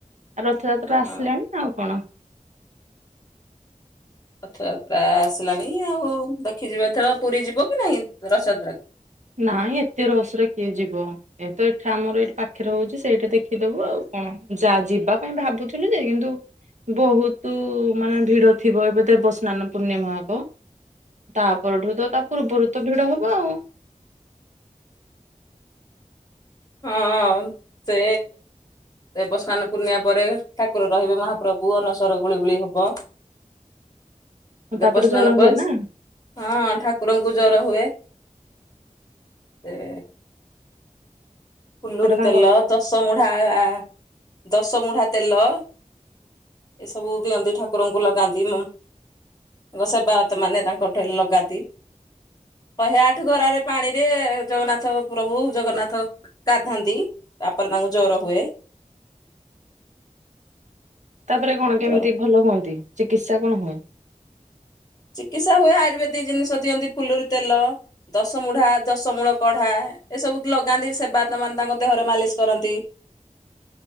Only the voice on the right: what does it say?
ରଥଯାତ୍ରା
ଆସିଲାଣି ଆଉ କଣ।
ନାଇଁ ଏତେ ରସରେ କିଏ ଯିବ। ଏ ତ ଏଠା ଆମର ଏଇଠି ପାଖରେ ହଉଛି ସେଇଟା ଦେଖିଦବୁ ଆଉ କଣ ଯା ଯିବା ପାଇଁ ଭାବୁଥିଲୁ ଯେ କିନ୍ତୁ ବହୁତୁ ମାନେ ଭିଡ ଥିବ ଏବେ ଦେବସ୍ନାନ ପୂର୍ଣ୍ଣିମା ହବ। ତା ପରଠୁ ତ ତା ପୂର୍ବରୁ ତ ଭିଡ ହବ ଆଉ।
ତାପରେ
ଜର ହୁଏ
ନା
ସେଟା ତାଙ୍କ
ତାପରେ କଣ କେମିତି
ଭଲ ହୁଅନ୍ତି? ଚିକିତ୍ସା କଣ ହୁଏ?